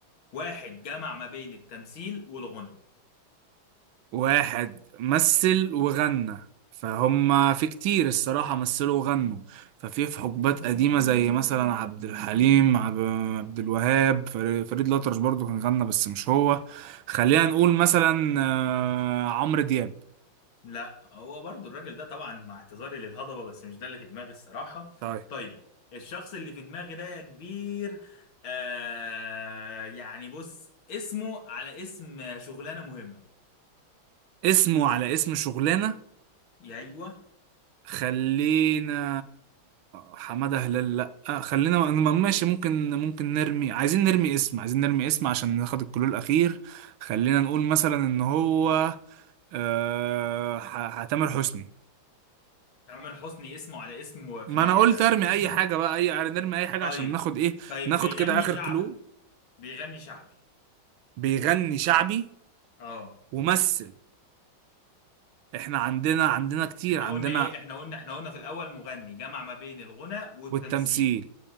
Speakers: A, on the left (about 75°); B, on the right (about 75°).
A: واحد جمع ما بين التمثيل والغنى
B: واحد مثل وغنى فهم في كتير الصراحة مثلوا وغنوا ففي في حقبات قديمة زي مثلا عبد الحليم عب- عبد الوهاب فر- فريد الأطرش برضو كان غنى بس مش هو خلينا نقول مثلا آه، عمرو دياب
A: لا هو برضو الراجل ده طبعا مع اعتذاري للهضبة بس مش ده اللي في دماغي الصراحة
B: طيب
A: طيب الشخص اللي في دماغي ده يا كبير آه يعني بص اسمه على اسم شغلانة مهمة
B: اسمه على اسم شغلانة
A: يا ايوه
B: خلينا حمادة هلال لا آه، خلينا م- ماشي ممكن ممكن نرمي عايزين نرمي اسم عايزين نرمي اسم عشان ناخد الكلو الأخير خلينا نقول مثلا إن هو آه، ح- ح- تامر حسني
A: تامر حسني اسمه على اسمه في
B: ما أنا قلت
A: آه،
B: أرمي
A: في شغلانة
B: أي
A: مهمة
B: حاجة بقى أي يعني نرمي أي حاجة
A: طيب
B: عشان ناخد إيه
A: طيب
B: ناخد
A: بيغني
B: كده آخر
A: شعبي
B: كلو
A: بيغني شعبي
B: بيغني شعبي
A: اه
B: وممثل إحنا عندنا عندنا كتير
A: احنا
B: عندنا
A: قلنا ايه احنا قلنا احنا قلنا في الاول مغني جمع ما بين الغنى والتمثيل
B: والتمثيل